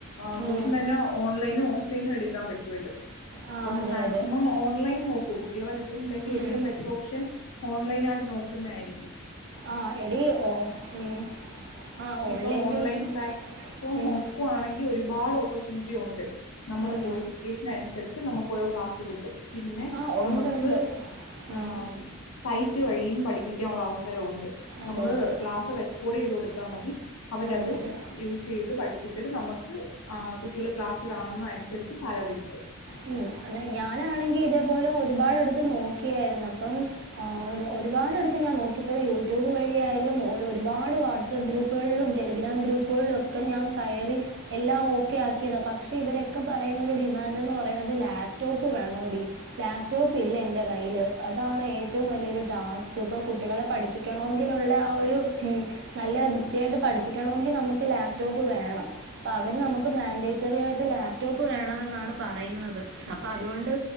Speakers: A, on the left; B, on the right.
A: ആ
B: ഉം.
A: ട്യൂഷൻ തന്നെ ഓൺലൈനും ഓഫ്ലൈനും എടുക്കാൻ പറ്റുവല്ലോ
B: ആ
A: അപ്പം
B: അതെ
A: മാക്സിമം
B: അതെ
A: ഓൺലൈൻ നോക്കൂ കുട്ടികളെ കിട്ടുന്നില്ലെങ്കിൽ ഏറ്റവും
B: ഉം.
A: ബെറ്റർ ഓപ്ഷൻ ഓൺലൈന ആായിട്ട് നോക്കുന്നതായിരിക്കും
B: ആഹ എടി ഓ ഉം ആഹ്
A: ഇപ്പൊ ഓൺലൈൻ
B: ട്യൂഷൻ
A: പ്റ്റ്ഫോം
B: ഉം
A: നോക്കുവാണെങ്കിൽ ഒരുപാട് ഓപ്പർച്യൂണിറ്റി ഉണ്ട് നമ്മുടെ
B: ഉം
A: ക്വാളിഫിക്കേഷന അനുസരിച്ച് നമുക്ക് ഓരോ ക്ലാസ് കിട്ടും പിന്നെ
B: ആഹ് ഉണ്ട്
A: നമുക്ക്
B: ഉണ്ട് ഉം
A: ആ സൈറ്റ് വഴിയും പഠിപ്പിക്കാനുള്ള അവസ്ഥ
B: അതെ
A: നമ്മള്
B: അതെ
A: ക്ലാസ്സ് റെക്കോർഡ് ചെയ്ത് കൊടുത്താൽ മതി അവരത്
B: അതെ അതെ
A: യൂസ് ചെയ്ത്ഠ കപ്പിച്ചിട്ട നമക്ക് കുട്ടികളെ ക്ലാസ് കാണുന്ന അനുസരിച്ച് സാലറി കിട്ടും
B: മ് എന്നാ ഞാനാണെങ്കി ഇതേപോലെ ഒരുപാട് എട്ത്ത് നോക്കിയായിര്ന്നു അപ്പം ഒരുപാടട്ത്ത് ഞാൻ നോക്കിയപ്പോൾ യൂട്യൂബ് വഴിയായാലും ഒരുപാട് വാട്സപ്പ് ഗ്രൂപ്പുകളിലും ടെലിഗ്രാം ഗ്രൂപ്പ് ഗ്രൂപ്പ്കളിലൊക്കെ ഞാൻ കയറി എല്ലാം ഓക്കെ ആക്കിയതാ പക്ഷെ ഇവരെക്കെ പറയുന്ന ഒര് ഡിമാന്റെന്ന് പറഞ്ഞാ <unintelligible> ലാപ്ടോപ്പ് വേണോടി ലാപ്പ് ടോപ്പിലന്റെ കയ്യിൽ അതാണ് ഏറ്റവും വല്ല്യോര് ടാസ്ക് കുട്ടികളെ പഠിപ്പിക്കണോങ്കിലുള്ള ആ ഒരു മ് നല്ല വൃത്തിയായിട്ട് പഠിപ്പിക്കണോങ്കി നമ്മക്ക് ലാപ്ടോപ്പ് പ്പ് വേണം അപ്പവര് നമ്മക്ക് മാൻഡേറ്ററിയായിട്ട് ലാപ്ടോപ്പ് വേണെന്നാണ് പറയുന്നത് അപ്പ അതുകൊണ്ട്